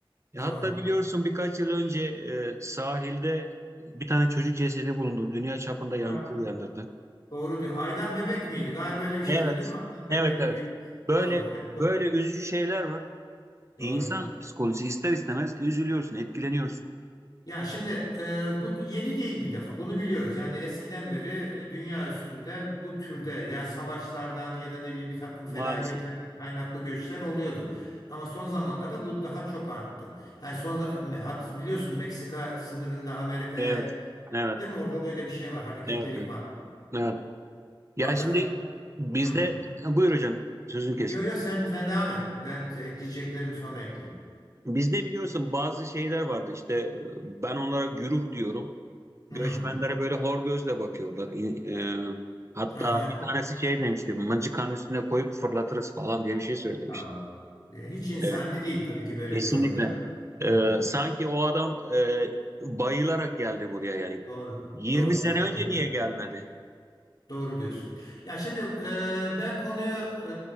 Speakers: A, on the right (about 30°); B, on the left (about 45°).
A: E, hatta
B: Doğru.
A: biliyorsun birkaç yıl önce e, sahilde bir tane çocuk cesedi bulundu. Dünya çapında yankı
B: Ha,
A: uyandırdı.
B: doğru diyor. Aydan bebek miydi? Galiba öyle bir şeydi
A: Evet,
B: değil mi? Aydan bebek
A: evet, evet.
B: gibi.
A: Böyle
B: Doğru. Yani çok
A: böyle üzücü şeyler var. İnsan
B: doğru.
A: psikolojisi ister istemez üzülüyorsun, etkileniyorsun.
B: Ya şimdi e, bu yeni değil bir defa. Bunu biliyoruz. Yani eskiden beri e, dünya üstünde bu türde yani savaşlardan ya da ne bileyim bir takım
A: Maalesef.
B: felaketlerden kaynaklı göçler oluyordu. Ama son zamanlarda bu daha çok arttı. Yani son za- hat biliyorsun Meksika sınırında Amerika'ya
A: Evet. Evet.
B: değil mi? Orada da öyle bir şey var. Hareketlilik
A: Evet. Evet.
B: var.
A: Evet.
B: Vatan
A: Ya şimdi bizde
B: hmm.
A: Ha, buyur hocam sözünü kestim.
B: Yo yo sen sen devam et. Ben ekleyeceklerim sonra ekleyeyim.
A: Bizde biliyorsun bazı şeyler vardı. İşte e, ben onlara güruh diyorum.
B: Hmm.
A: Göçmenlere böyle hor gözle bakıyorlar. İ- e, hatta
B: Aha.
A: bir tanesi şey demişti. Mıncıkanın üstüne koyup fırlatırız falan diye bir şey söylemişti.
B: Ya, e, Hiç insani
A: E,
B: değil tabii ki böyle
A: Kesinlikle.
B: bir yorum değil mi? Hmm.
A: Ee, sanki o adam e, bayılarak geldi buraya yani.
B: Doğru.
A: 20
B: Doğru.
A: sene
B: Katılıyorum.
A: önce niye gelmedi?
B: Doğru diyorsun. Ya şimdi e, ben konuyu e,